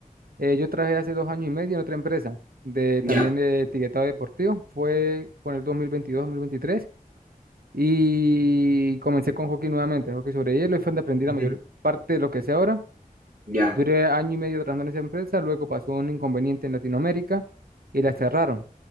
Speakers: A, on the right (about 90°); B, on the right (about 70°).
A: eh, yo trabajé hace dos años y medio en otra empresa de
B: Ya.
A: también de etiquetado deportivo. Fue por el dos dos mil veintidós dos mil veintitrés y comencé con hockey nuevamente, hockey sobre hielo y fue donde aprendí
B: Ujú.
A: la mayor parte de lo que sé ahora.
B: Ya.
A: Duré año y medio trabajando en esa empresa, luego pasó un inconveniente en Latinoamérica y la cerraron.